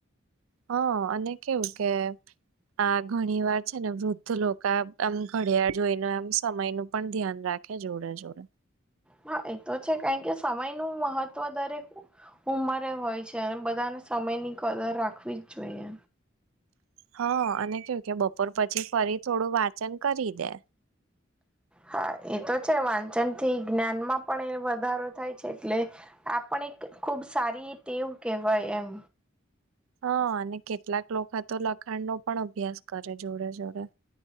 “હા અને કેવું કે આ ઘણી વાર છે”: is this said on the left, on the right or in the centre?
Right